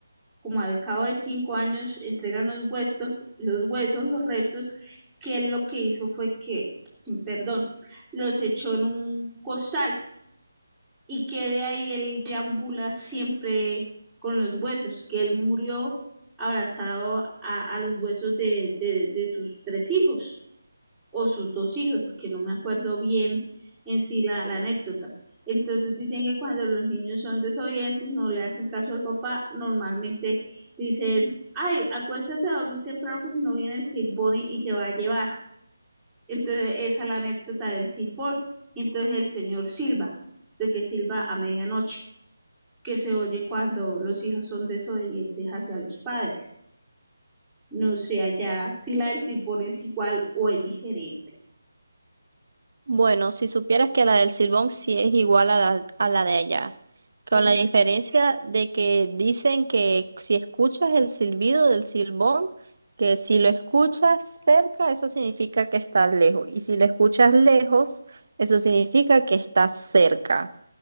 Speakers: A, in the centre; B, on the right (about 50°).
A: como al cabo de cinco años entregan los huesos, los huesos, los restos, que él lo que hizo fue que, perdón, los echó en un costal y que de ahí él deambula siempre con los huesos, que él murió abrazado a, a los huesos de, de, de sus tres hijos o sus dos hijos, porque no me acuerdo bien en sí la, la anécdota. Entonces dicen que cuando los niños son desobedientes, no le hacen caso al papá, normalmente dicen, ay, acuéstate a dormir temprano porque no viene el silbón y, y te va a llevar. Entonces esa es la anécdota del silbón. Y entonces el señor silba, de que silba a medianoche, que se oye cuando los hijos son desobedientes hacia los padres. No sé allá si la del silbón es igual o es diferente.
B: Bueno, si supieras que la del Silbón sí es igual a la, a la de allá, con
A: ¿sí?
B: la diferencia de que dicen que si escuchas el silbido del Silbón, que si lo escuchas cerca, eso significa que está lejos, y si lo escuchas lejos, eso significa que está cerca.